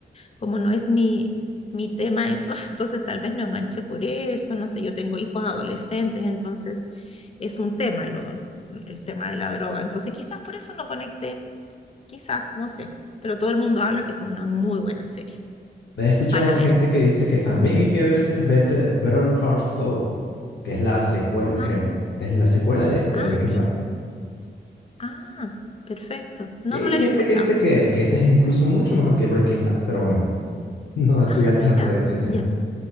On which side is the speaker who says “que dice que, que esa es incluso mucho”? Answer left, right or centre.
Left